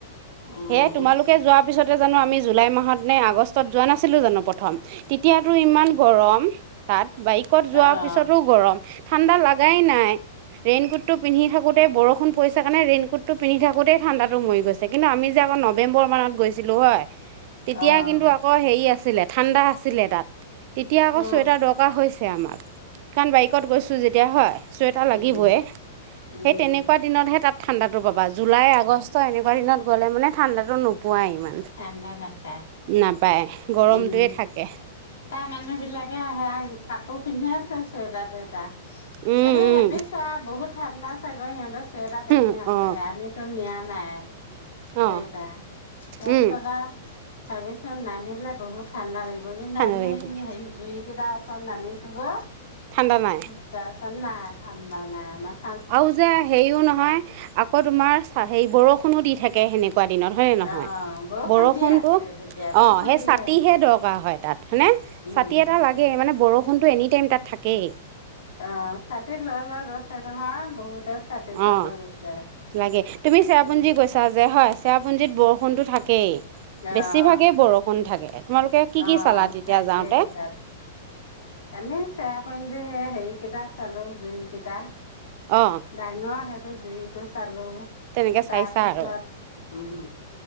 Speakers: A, on the left; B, on the right.
A: উম
B: সেয়াই তোমালোকে
A: উম
B: যোৱাৰ পিছত কিয়জানো আমি জুলাই মাহত নে আগষ্টত যোৱা নাছিলোঁ জানো প্ৰথম? তেতিয়াতো ইমান গৰম, তাত বাইকত
A: আহ
B: যোৱাৰ পিছতো গৰম। ঠাণ্ডা লাগাই নাই। ৰেইনকোটটো পিন্ধি থাকোঁতে বৰষুণ পৰিছে কাৰণে ৰেইনকটটো পিন্ধ থাকোতে ঠাণ্ডাটো মৰি গৈছ ছে কিন্তু, আমি যে আকৌ নৱেম্বৰ মানত গৈছিলোঁ হয়? তেতিয়া
A: আহ
B: কিন্তু আকৌ হেৰি আছে।। আছিলে, ঠাণ্ডা আছিলে তাত। তেতিয়া আকৌ
A: উম
B: চুৱেটাৰ দৰকাৰ হৈছে।। সেয়া আমাক কাৰণ বাইকত গৈছোঁ যেতিয়া হয়। চুৱেটাৰ লাগিবয়ে
A: উম উম
B: সেই তেনেকুৱা দিনতহে তাত।। ঠাণ্ডাটো পাবা জুলাই আগষ্ট এনেুৱ এনেকুৱা দিনত গ'লে মানে ঠাণ্ডাটো নো পোৱাই ইমান
A: ঠাণ্ডা নাপায়
B: নাপায় গৰমটোৱে
A: উম
B: থাকে।
A: তাৰ মানুহ বিলাকে আহে, কাপোৰ পিন্ধি আছে চুৱেটাৰ টুৱেটাৰ।
B: উম
A: আমি
B: উম
A: ভাবিছো আ বহুত।। ঠাণ্ডা চাগৈ সিহঁতে চুৱেটাৰ পিন্ধি
B: উম
A: আছে
B: অ
A: আমিতো নিয়া নাই
B: অ
A: চুৱেটাৰ। তাৰপিছত
B: উম
A: আৰু। ভাবিছো নানিলে বহুত ঠাণ্ডা লাগি
B: ঠাণ্ডা
A: <unintelligible> আমি
B: লাগিব
A: সেই হেৰিত জুৰিকেইটা আছে।। তাত নামিছো গৈ।
B: ঠাণ্ডা নাই
A: এ ত চ না <inaudible> ঠাণ্ডা নাই আমাক।।
B: আৰু যে হেৰিও নহয় আকৌ। আকৌ তোমাৰ চা হেৰী বৰষুণো দি থাকে। তে হেনেকুৱা দিনত হয় নে নহয়।
A: অ বৰষুণ
B: বৰষুণতো
A: দি আছে তেতিয়া বৰষুণ
B: অ সেই
A: দি
B: চাতিহে
A: আছে
B: দৰকাৰ হয় তাত হয়নে?
A: উম।
B: চাতি এটা লাগে মানে বৰ বৰষুণ টো এনি টাইম তাত থাকেই।
A: অ চাতিত লৈ লৈ গৈছে নহয়। বহুতে ছাতি লৈ
B: অ
A: লৈ গৈছে
B: লাগে। তুমি চেৰাপুঞ্জী
A: উম।
B: গৈছা যে হয় চেৰাপুঞ্জিত বৰষুণতো থাকে। কেই।
A: অ',
B: বেছিভাগেই বৰষুণ থাকে। তোমালোকে কি কি
A: অ',
B: চালা তেতিয়া
A: থাকে
B: যাওঁতে?
A: তাত। আমি চেৰাপুঞ্জী সেয়া হেৰি। কেইটা চালো জুৰি কেইটা
B: অ
A: ডাঙৰ স জুৰিটো চালো।।
B: তেনেকে চাইছা
A: তাৰপিছত।।
B: আৰু
A: উম।